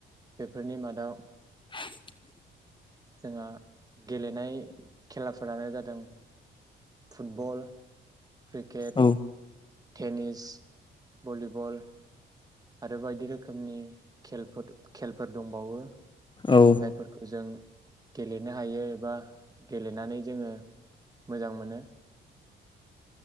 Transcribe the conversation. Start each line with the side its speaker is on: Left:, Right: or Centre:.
Right: बेफोरनि मादाव।
Left: <inaudible>
Right: जोंहा गेलेनाय खेलाफोरानो जादों फुटबल। क्रिकेट।
Left: औ
Right: Tennis, volleyball. आरो बायदि रोखोमनि खेलफोर खेलफोर दंबावो।
Left: औ
Right: जायफोरखौ जों गेलेनो हायो एबा गेलेनानै जोङो मोजां मोनो।